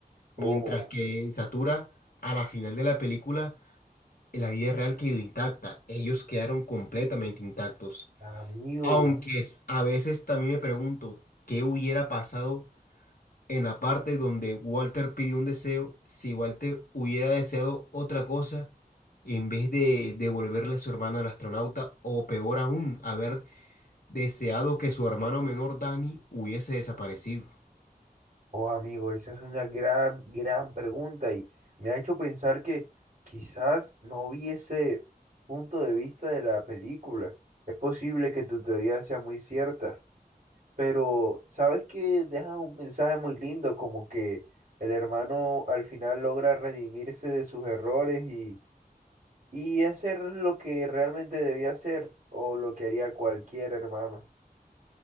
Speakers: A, on the left; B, on the right.
A: mientras
B: Oh,
A: que en Satura, a la final de la película, la vida real quedó intacta, ellos quedaron completamente intactos.
B: amigo,
A: Aunque es- a veces también me pregunto qué hubiera pasado en la parte donde Walter pidió un deseo, si Walter hubiera deseado otra cosa en vez de devolverle a su hermana al astronauta, o peor aún, haber deseado que su hermano menor Dani hubiese desaparecido.
B: oh, amigo, esa es una gran, gran pregunta y me ha hecho pensar que quizás no vi ese punto de vista de la película. Es posible que tu teoría sea muy cierta. Pero sabes que dejas un mensaje muy lindo, como que el hermano al final logra redimirse de sus errores y, y hacer lo que realmente debía hacer o lo que haría cualquier hermano.